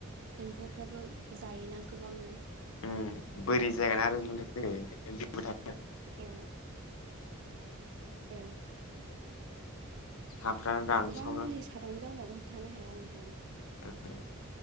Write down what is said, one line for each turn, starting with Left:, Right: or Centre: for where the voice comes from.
Right: एम्फौफ्राबो जायोना गोबांनो
Left: ओम बोरै जायान आरो नुथ जैंखायनो था
Right: औ औ
Left: हाफ्रा रानसावना
Right: गोबां मुलि सारनायनि जाउनावबो होबथानो हायाना नोंथां
Left: अ ओ